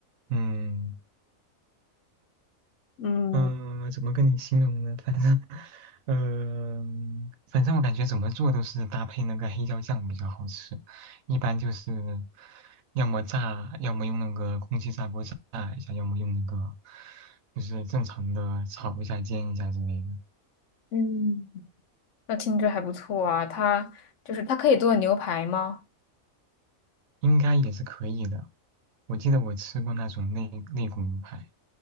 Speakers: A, on the right; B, on the left.
A: 嗯
B: 嗯
A: 嗯、呃怎么跟你形容呢？反正，呃，反正我感觉怎么做都是搭配那个黑椒酱比较好吃，一般就是要么炸，要么用那个空气炸锅炸一下，要么用那个就是正常的炒一下、煎一下之类的，嗯
B: 嗯，那听着还不错啊，它就是它可以做牛排吗？
A: 应该也是可以的。我记得我吃过那种肋肋骨牛排，